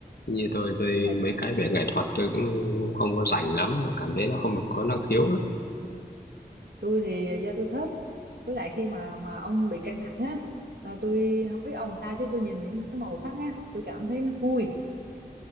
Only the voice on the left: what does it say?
Như tôi tôi
mấy cái về nghệ thuật tôi cũng, cũng không có rành lắm mà cảm thấy nó không được có năng khiếu lắm.